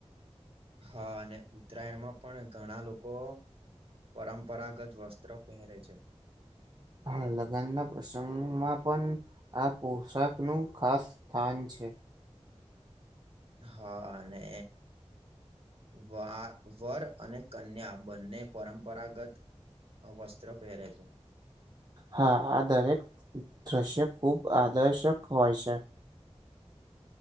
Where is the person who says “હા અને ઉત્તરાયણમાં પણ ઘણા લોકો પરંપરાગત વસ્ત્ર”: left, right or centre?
Right